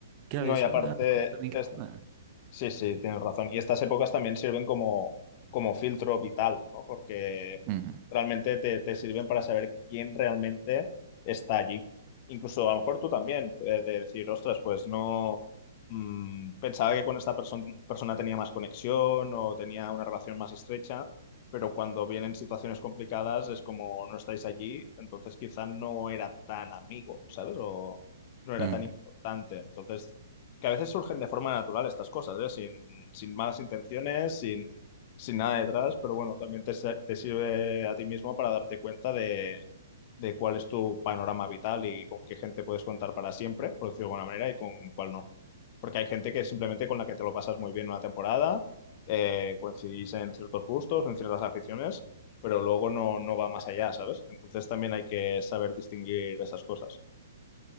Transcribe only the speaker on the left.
No,
y aparte,
esta-
sí, sí, tienes razón. Y estas épocas también sirven como, como filtro vital, ¿no? Porque
realmente te, te sirven para saber quién realmente está allí. Incluso a lo mejor tú también, eh, de decir, ostras, pues no mm, pensaba que con esta perso- persona tenía más conexión o tenía una relación más estrecha, pero cuando vienen situaciones complicadas es como no estáis allí, entonces quizá no era tan amigo, ¿sabes? O no era
tan importante. Entonces que a veces surgen de forma natural estas cosas, ¿eh? Sin, sin malas intenciones, sin, sin nada detrás, pero bueno, también te, se- te sirve a ti mismo para darte cuenta de, de cuál es tu panorama vital y con qué gente puedes contar para siempre, por decirlo de alguna manera, y con cuál no. Porque hay gente que simplemente con la que te lo pasas muy bien una temporada, eh, coincidís en ciertos gustos, en ciertas aficiones, pero luego no, no va más allá, ¿sabes? Entonces también hay que saber distinguir esas cosas.